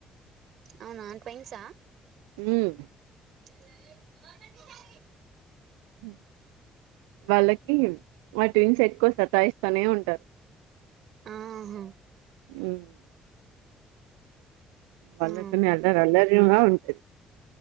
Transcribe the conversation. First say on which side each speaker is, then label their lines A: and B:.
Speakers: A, on the right; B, on the right.
A: అవునా అ క్విన్స్ హా
B: ఉమ్
A: ఎద చా
B: ఉమ్ వాళ్ళకి మా ట్విన్ ఎక్కువ సతాయిస్తూనే ఉంటారు
A: ఆహా
B: ఉమ్ వళ్ళకి
A: ఆ
B: అని అల్ అలరి ఉ